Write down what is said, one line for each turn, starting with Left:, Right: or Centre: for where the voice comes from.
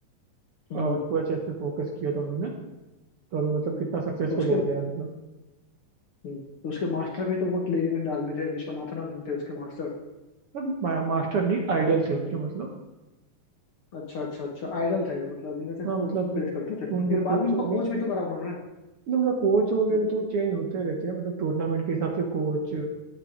Left: हम्म।
Right: अ, पूरा चेस पे फोकस किया था उन्होंने तो अभी मतलब कितना सक्सेसफुल
Left: तो उसके
Right: हो गया है मतलब
Left: हम्म, तो उसके मास्टर भी तो बहुत लेजेंड आदमी थे विश्वनाथन आनंद थे उसके मास्टर
Right: मतलब मास्टर नहीं आइडल थे उनके मतलब
Left: अच्छा अच्छा अच्छा आइडल थे मतलब इन से
Right: हाँ मतलब
Left: उसको प्रेज करते थे लेकिन
Right: उनके
Left: बाद
Right: कोच
Left: में उनको
Right: वगैरह
Left: कोच भी तो करा उन्होंने
Right: मतलब उनका कोच वगैरह तो चेंज होते रहते हैं मतलब टूर्नामेंट के हिसाब से कोच